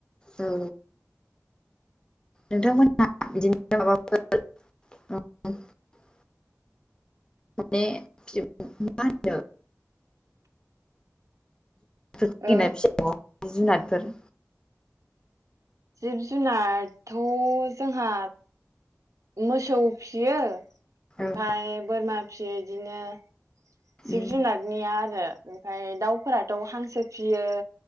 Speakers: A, on the left (about 15°); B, on the right (about 75°).
A: औ नोंथांमोनहा बिदिनो माबाफोर <unintelligible> माने मा होनदों थिगिनाय
B: ओ
A: फिसा जुनादफोर
B: जिब जुनारथ' जोंहा मोसौ फियो ओमफ्राय
A: औ
B: बोरमा फियो बिदिनो जिब
A: उम
B: जुनारनिया आरो ओमफ्राय दाउफोराथ' हांसो फियो